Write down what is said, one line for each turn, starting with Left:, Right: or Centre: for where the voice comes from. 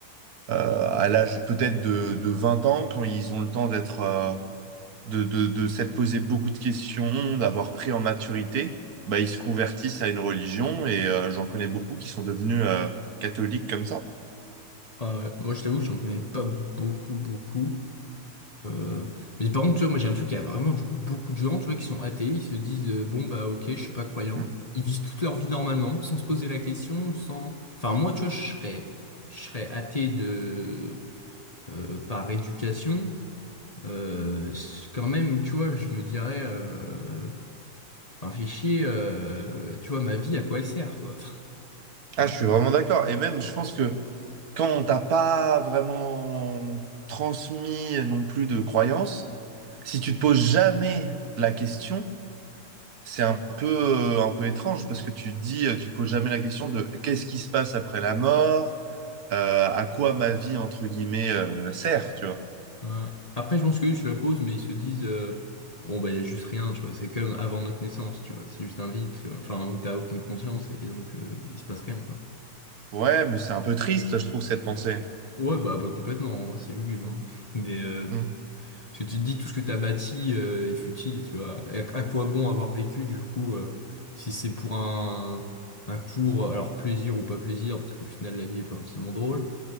Right: euh, à l'âge peut-être de, de 20 ans, quand ils ont le temps d'être euh, de, de, de s'être posé beaucoup de questions, d'avoir pris en maturité, bah, ils se convertissent à une religion et euh, j'en connais beaucoup qui sont devenus euh, catholiques comme ça.
Left: Ah ouais. Moi, je t'avoue, j'en connais pas beaucoup, beaucoup. Euh, mais par contre, tu vois, moi, j'ai l'impression qu'il y a vraiment, du coup, beaucoup de gens, tu vois, qui sont athées, ils se disent, euh, bon, bah, ok, je suis pas croyant.
Right: Mm.
Left: Ils vivent toute leur vie normalement, sans se poser la question, sans... Enfin, moi, tu vois, je serais, je serais athée de... euh, par éducation, Euh, c- quand même, tu vois, je me dirais, euh, enfin, fais chier, euh, tu vois, ma vie, à quoi elle sert, quoi. <laughs>
Right: Ah,
Left: Enfin,
Right: je
Left: tu
Right: suis vraiment
Left: vois.
Right: d'accord. Et même, je pense que quand on t'a pas vraiment transmis non plus de croyances, si tu te poses jamais la question, c'est un peu, euh, un peu étrange parce que tu te dis, euh, tu te poses jamais la question de qu'est-ce qui se passe après la mort, Euh, à quoi ma vie, entre guillemets, euh, sert, tu vois.
Left: Ouais. Après, je pense qu'eux se la posent, mais ils se disent, euh, bon, bah, il y a juste rien, tu vois, c'est comme avant notre naissance, tu vois, c'est juste un vide, tu vois. enfin, où t'as aucune conscience et, et donc euh, il se passe rien, quoi.
Right: Ouais, mais c'est un peu triste, je trouve, cette pensée.
Left: Ouais, bah, bah complètement, hein, c'est lugubre,
Right: Mm,
Left: hein. <laughs> Mais, euh,
Right: mm.
Left: Parce que tu te dis tout ce que t'as bâti euh, est futile, tu vois. Et à, à quoi bon avoir vécu du coup euh, si c'est pour un, un court, alors plaisir ou pas plaisir, parce qu'au final la vie est pas forcément drôle.